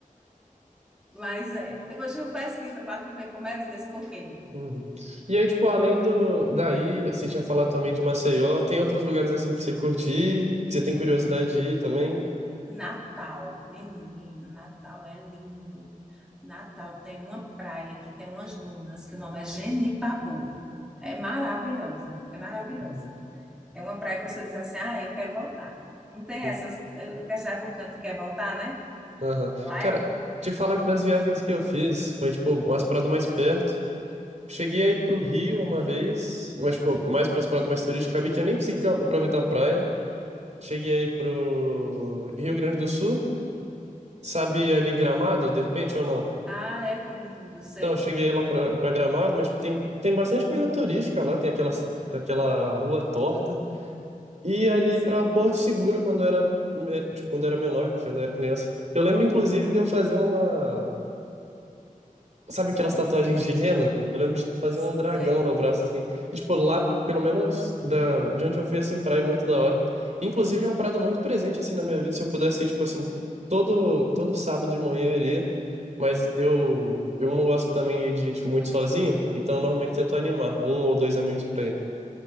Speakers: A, in the centre; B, on the right.
A: mas é. Depois tu pesquisa para tu ver como é lindo esse coqueiro.
B: Uhum. E aí, tipo, além do daí, você tinha falado também de Maceió, tem outros lugares assim que você curte ir, que você tem curiosidade de ir também?
A: Natal, menino, Natal é lindo. Natal tem uma praia que tem umas dunas, que o nome é Genipabu. É maravilhosa, é maravilhosa.
B: Uhum,
A: É uma praia que você diz assim, ah, eu quero voltar. Não tem
B: sim.
A: essas, eu quero cidade para canto quer voltar, né?
B: Aham.
A: Lá
B: Cara,
A: é.
B: te falar que das viagens que eu fiz, foi tipo umas paradas mais perto. Cheguei aí pro Rio uma vez, mas tipo, mais para umas paradas mais turísticas, acabei que eu nem consegui ca- aproveitar a praia. Cheguei aí pro Rio Grande do Sul, sabe ali Gramado, de repente ou não?
A: Ah, é lindo, sei.
B: Então, eu cheguei lá pra, pra Gramado, mas tipo, tem, tem bastante coisa turística lá, tem aquela, ci- aquela rua torta. E ali
A: Sim,
B: pra Porto Seguro, quando eu era, me- tipo, quando eu era menor, que quando eu era criança. Eu lembro, inclusive, de eu fazer uma. Sabe aquelas tatuagens de rena? Eu lembro de fazer
A: sei.
B: um dragão no braço, assim. E, tipo, lá, pelo menos da, de onde eu fui, assim, praia é muito da hora. Inclusive, é uma parada muito presente, assim, na minha vida. Se eu pudesse ir, tipo, assim, todo, todo sábado de manhã eu iria. Mas eu, eu não gosto também de ir, tipo, muito sozinho. Então, eu normalmente tento animar um ou dois amigos pra ir.